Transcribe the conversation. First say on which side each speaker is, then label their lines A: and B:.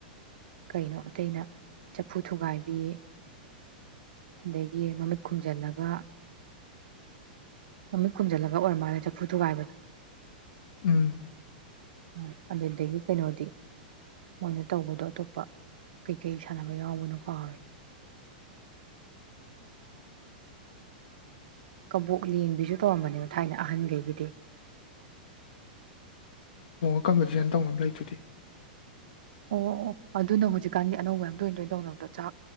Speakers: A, on the right; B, on the left.
A: ꯀꯩꯅꯣ ꯑꯇꯩꯅ ꯆꯐꯨ ꯊꯨꯒꯥꯏꯕꯤ ꯑꯗꯒꯤ ꯃꯃꯤꯠ ꯈꯨꯝꯖꯤꯜꯂꯒ ꯃꯃꯤꯠ ꯈꯨꯝꯖꯤꯜꯂꯒ ꯑꯣꯏꯔ ꯃꯥꯜꯂꯦ ꯆꯐꯨ ꯊꯨꯒꯥꯏꯕꯗꯣ
B: ꯎꯝ
A: ꯎ ꯑꯗꯨꯗꯒꯤ ꯀꯩꯅꯣꯗꯤ ꯃꯣꯏꯅ ꯇꯧꯕꯗꯣ ꯑꯇꯣꯞꯄ ꯀꯩꯀꯩ ꯁꯥꯟꯅꯕ ꯌꯥꯎꯕꯅꯣ ꯀꯥꯎꯔꯦ ꯀꯕꯣꯛ ꯂꯦꯡꯕꯤꯁꯨ <unintelligible> ꯊꯥꯏꯅ ꯑꯍꯟꯈꯩꯒꯤꯗꯤ
B: <unintelligible> ꯇꯧ ꯑꯃ ꯂꯩꯗꯨꯗꯤ
A: ꯑꯣ ꯑꯣ ꯑꯗꯨꯅ ꯍꯧꯖꯤꯛꯀꯥꯟꯗꯤ ꯑꯅꯧꯕ ꯌꯥꯝ ꯇꯣꯏꯅ ꯇꯣꯏꯅ ꯇꯧꯅꯕꯗꯣ ꯆꯥꯛ